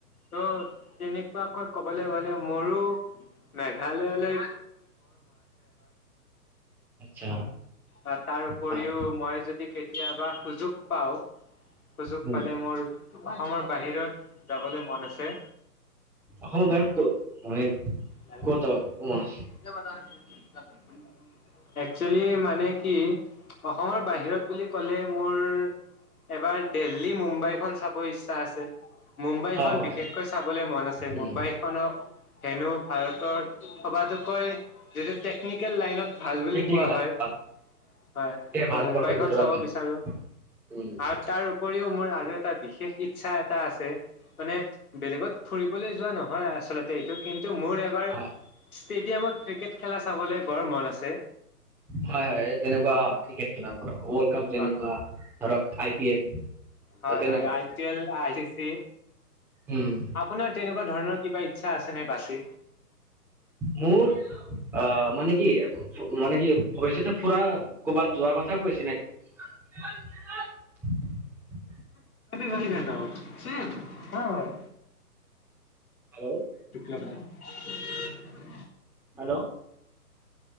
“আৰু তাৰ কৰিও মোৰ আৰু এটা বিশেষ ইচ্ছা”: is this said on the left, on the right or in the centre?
Left